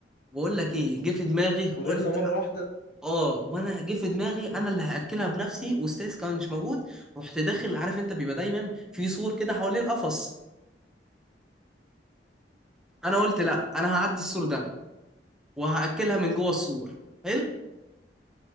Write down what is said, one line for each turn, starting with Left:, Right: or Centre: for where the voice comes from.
Centre: بقول لك ايه جه في دماغي
Left: غوريلا
Centre: قلت
Left: مرة واحدة
Centre: اه وانا جه في دماغي انا اللي هاكلها بنفسي واستاذ كان مش موجود رحت داخل عارف انت بيبقى دايما في سور كده حوالين القفص انا قلت لا انا هعدي السور ده وهاكلها من جوه السور حلو